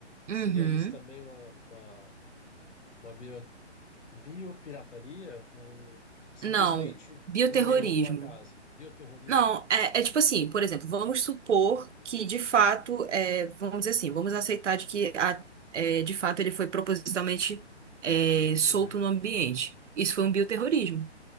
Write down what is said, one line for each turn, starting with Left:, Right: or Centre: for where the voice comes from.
Left: Seria
Right: Uhum.
Left: isso também uma, uma, uma bio, biopirataria ou simplesmente
Right: Não, bioterrorismo.
Left: um erro do acaso? Bioterrorismo?
Right: Não, é, é tipo assim, por exemplo, vamos supor que de fato, é, vamos dizer assim, vamos aceitar de que a- é, de fato ele foi propositalmente é, solto
Left: Uhum.
Right: no ambiente. Isso foi um bioterrorismo.